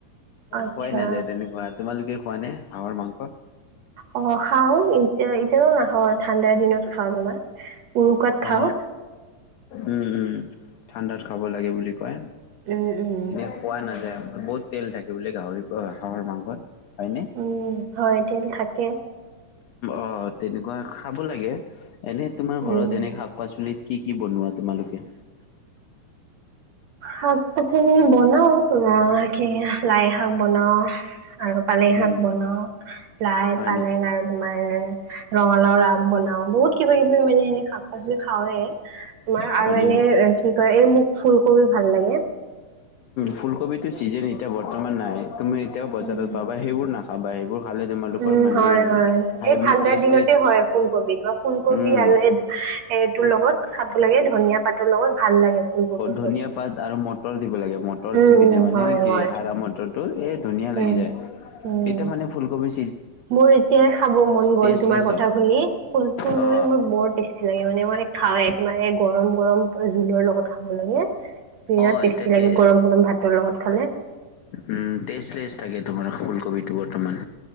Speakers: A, on the right (about 70°); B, on the left (about 85°).
A: আচ্ছা
B: খোৱাই নাযায়, তেনেকুৱা তোমালোকে খোৱা নে হাঁহৰ মাংস।
A: অ' খাওঁ এতিয়া এতিয়াতো নাখাওঁ ঠাণ্ডা দাই দিনত খাওঁ জানা উৰুকাত খাওঁ।
B: অ উম উম ঠাণ্ডাত খাব লাগে বুলি কয়
A: উম উম
B: এনে খোৱা নাযায়। বহুত তেল থাকে বোলে গাহৰি, হাঁহৰ মাংসত। হয়নে?
A: উম, হয় তেল থাকে।
B: অ' তেনেকুৱা খাব লাগে, এনে তোমাৰ ঘৰত
A: উম
B: এনে শাক পাচলি। কি কি বনোৱা তোমালোকে।
A: শাক পাচলি বনাও তোমাৰ কি লাই শাক বনাওঁ আৰু পালেং
B: উম
A: শাক বনাও লাই,
B: হয়
A: পালেং
B: নেকি
A: আৰু তোমাৰ ৰঙালাও আগ বনাও বহুত কিবা কিবি মানে এনে শাক পা খাওঁৱে তোমাৰ
B: হয়
A: আৰু
B: নেকি
A: এনে কি কই এই মোক ফুলকবি ভাল লাগে।
B: ফুলকবিটো ছিজনে এতিয়া বৰ্তমান নাই, তুমি এতিয়াও বজাৰত
A: উম
B: পাবা, সেইবোৰ নাখাবা, সেইবোৰ খালে তোমালোকৰ
A: উম,
B: মানে
A: হয়-হয়
B: হাইব্ৰীড
A: এই ঠাণ্ডাৰ
B: টেষ্ট
A: দিনতে
B: টেষ্ট
A: হয়, ফুলকবি বা ফুলকবি
B: উম
A: আৰু এই এই তোৰ লগত খাব লাগে ধনিয়া পাতৰ লগত ভাল লাগে ফুলকবি
B: ধনিয়া
A: চবজি
B: পাত আৰু মটৰ দিব লাগে মটৰটো
A: উম
B: দিলে।
A: উম
B: মানে
A: হয় হয়
B: হাৰ মটটোৰ এ ধুনীয়া লাগি
A: উম
B: যায়।
A: উম
B: এতিয়া মানে ফুলকবি
A: মোৰ এতিয়া খাব মন গ'ল,
B: টেষ্টলেছ
A: তোমাৰ কথা
B: হয়
A: শুনি ফুল-ফুল
B: অ
A: কবি মোৰ বৰ টেষ্টি লাগে মানে মোৰ খাওঁ তোমাৰে গৰম গৰম জোলৰ লগত খাব লাগে। বিৰাট
B: অ'
A: টেষ্টি
B: এতিয়া
A: লাগে
B: তে
A: গৰম গৰম ভাতৰ লগত খালে
B: উম, তেজ তেজ থাকে তোমাৰ ফুলকবিটো বৰ্তমান